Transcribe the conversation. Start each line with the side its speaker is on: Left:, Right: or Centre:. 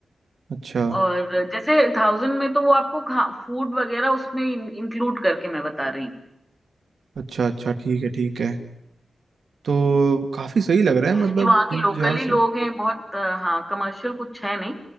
Right: अच्छा
Centre: और जैसे थाउजेंड में तो वो आपको खा फूड वगैरह उसमें इंक्लूड करके मैं बता रही
Right: अच्छा अच्छा ठीक है ठीक है तो काफी सही लग रहा है मतलब
Centre: क्योंकि वहाँ
Right: जिन-
Centre: के लोकल
Right: जहाँ
Centre: ही
Right: से-
Centre: लोग हैं बहुत अ, हाँ कमर्शियल कुछ है नहीं